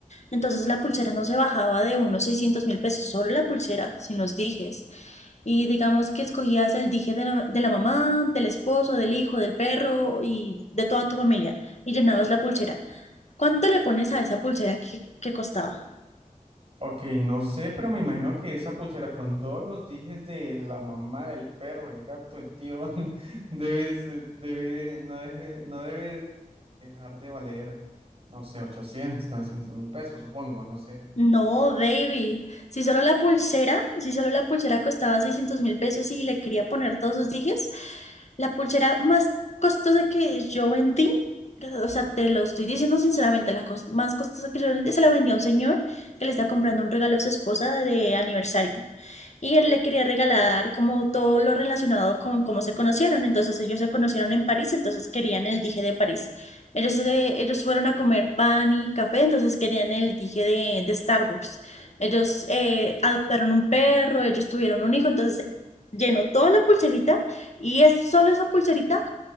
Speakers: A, on the left; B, on the right.
A: Entonces, la pulsera no se bajaba de unos seiscientos mil pesos, solo la pulsera, sin los dijes. Y digamos que escogías el dije de la, de la mamá, del esposo, del hijo, del perro y de toda tu familia y llenabas la pulsera. ¿Cuánto le pones a esa pulsera que, que costaba?
B: Ok, no sé, pero me imagino que esa pulsera con todos los dijes de la mamá, el perro, el gato, el tío, <laughs> debe, ser- debe, no deje, no debe dejar de valer, no sé, ochocientos novecientos mil pesos, supongo, no sé.
A: No, baby. Si solo la pulsera, si solo la pulsera costaba 600 mil pesos y le quería poner todos los dijes, la pulsera más costosa que yo vendí, o sea, te lo estoy diciendo sinceramente, la cos- más costosa que yo vendí, se la vendí a un señor que le está comprando un regalo a su esposa de aniversario. Y él le quería regalar como todo lo relacionado con cómo se conocieron. Entonces ellos se conocieron en París, entonces querían el dije de París. Ellos, eh, ellos fueron a comer pan y café, entonces querían el dije de, de Starbucks. Ellos eh, adoptaron un perro, ellos tuvieron un hijo, entonces llenó toda la pulserita y es, solo esa pulserita